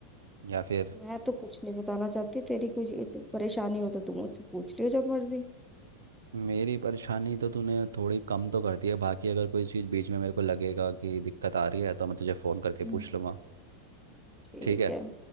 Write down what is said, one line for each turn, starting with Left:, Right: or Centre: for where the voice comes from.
Right: या फिर
Centre: मैं तो कुछ नहीं बताना चाहती तेरी कुछ तो परेशानी हो तो तू मुझसे पूछ लियो जब मर्जी
Right: मेरी परेशानी तो तूने थोड़ी कम तो कर दी है बाकी अगर कोई चीज़ बीच में मेरे को लगेगा कि दिक्कत आ रही है तो मैं तुझे फ़ोन करके
Centre: हम्म,
Right: पूछ लूँगा
Centre: ठीक
Right: ठीक है
Centre: है